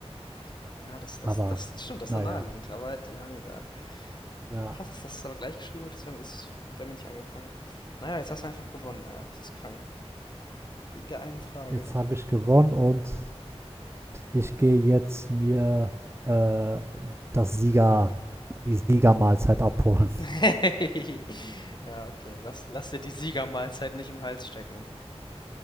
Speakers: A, on the left; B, on the right.
A: Ach, ja, das, das,
B: Aber
A: das stimmt, das
B: naja,
A: ist ja naheliegend. Aber ja, nee, da.
B: ja.
A: Krass, dass das aber gleich geschrieben wird, das wäre wär mir nicht eingefallen. Naja, jetzt hast du einfach gewonnen. Äh, das ist krank. Wegen der einen Frage.
B: Jetzt habe ich gewonnen und ich gehe jetzt mir äh, das Sieger, die Siegermahlzeit abholen.
A: <laughs> Ja, okay. Lass, lass dir die Siegermahlzeit nicht im Hals stecken,